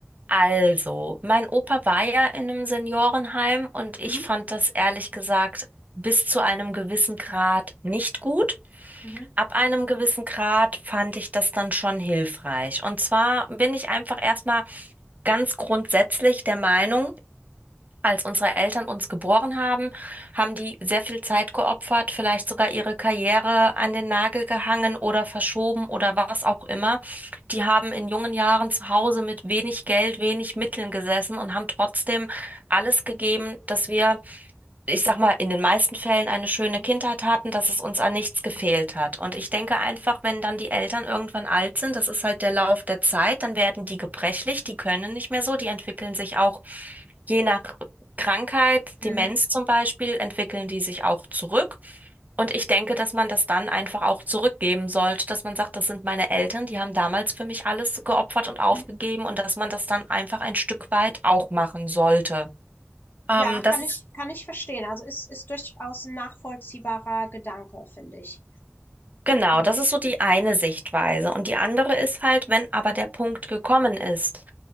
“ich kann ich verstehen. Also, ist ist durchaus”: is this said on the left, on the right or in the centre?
Left